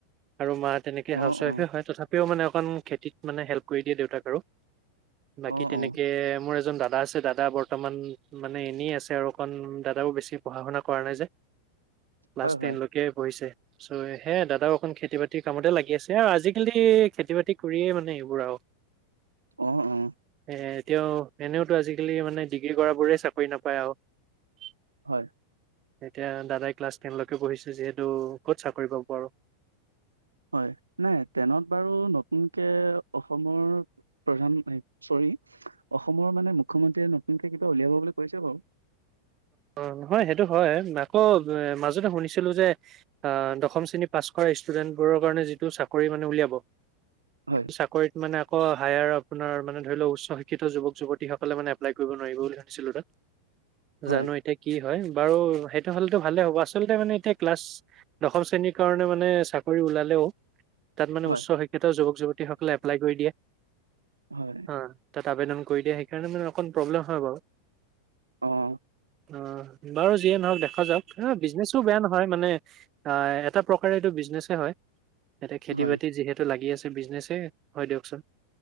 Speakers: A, on the right (about 30°); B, on the right (about 80°).
A: আৰু মাক। তেনেকে
B: অঁ
A: হাউচ ৱাইফে
B: অঁ
A: হয় তথাপিও মানে। খন খেতিত মানে হেল্প কৰি দিয়ে দেউতাক আৰু। বাকী
B: অঁ
A: তেনেকে
B: অঁ
A: মোৰ। এজন দাদা আছে দাদা বৰ্তমান মানে এনেই আছে আৰু অকণ দাদাও বেছি পঢ়া শুনা কৰা নাই যে। বাছ
B: হয়
A: তেনলৈকে
B: হয়
A: বহিছে। চ হে দাদাও অকণ খেতি বাতিৰ কামতে লাগি আছে আৰু আজিকালি খেতি বাতি কৰিয়ে মানে এইবোৰ আৰু।
B: অ অ।
A: এ এতিয়াও এনেওতো আজিকালি মানে ডিগ্ৰী কৰা বোৰেই চাকৰি নাপায় আৰু
B: হয়।
A: এতিয়া দাদাই ক্লাছ টেন বহিছো যিহেতু ক'ত চাকৰি পাব। আৰু
B: হয় নাই টেনত বাৰু নতুনকে অসমৰ প্ৰধান চৰি অসমৰ মানে মুখ্যমন্ত্ৰীয়ে নতুনকে কিবা উলিয়াব বুলি কৈছে বাৰু।
A: অ নহয় সেইটো হয় ন। আকৌ মাজতে শুনিছিলোঁ যে দশম শ্ৰেণী পাছ কৰা ষ্টুডেণ্টবোৰৰ কাৰণে যিটো চাকৰি মানে উলিয়াব।
B: হয়
A: টো চাকৰিত মানে অ হায়াৰ আপোনাৰ মানে ধৰি ল উচ্চ শিক্ষ শিক্ষিত যুৱক যুৱতীসকলে মানে এপ্লাই কৰিব নোৱাৰিব বুলি শুনিছিলোঁ তাত।
B: হয়,
A: জানো এতিয়া কি হয়? বাৰু সেইটো হ'লেতো ভালে হ'ব আচলতে মানে এতিয়া ক্লাছ দশম শ্ৰেণীৰ কাৰণে মানে চাকৰি ওলালেও। তাত মানে
B: হয়,
A: উচ্চ শিক্ষিত যুৱক যুৱতীসকলে এপ্লাই কৰি দিয়ে।
B: হয়,
A: অ তাত আবেদন। কৰি দিয়া সেইকাৰণে মানে অকণ প্ৰব্লেম হয় বাৰু।
B: অ
A: অ বাৰু যিয়ে নহওক দে স যাওক বিজনেছো বেয়া নহয় মানে আহ এটা প্ৰকাৰে এইটো বিজনেচে হয়। ইয়াতে খেতি
B: হয়,
A: বাতি যিহেতু লাগি আছে। বিজনেছে হয় দিয়কচোন।